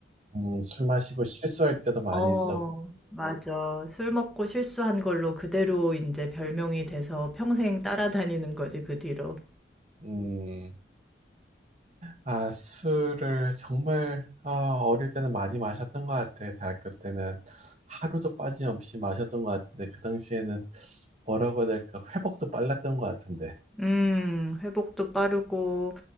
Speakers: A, on the right; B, in the centre.
A: 음, 술 마시고 실수할 때도 많이
B: 어,
A: 있었고,
B: 맞아. 술 먹고 실수한 걸로 그대로 이제 별명이 돼서 평생 따라다니는 거지, 그 뒤로.
A: 음, 아, 술을 정말 어, 어릴 때는 많이 마셨던 것 같아. 대학교 때는 하루도 빠짐없이 마셨던 것 같은데 그 당시에는 뭐라고 해야 될까? 회복도 빨랐던 것 같은데.
B: 음, 회복도 빠르고,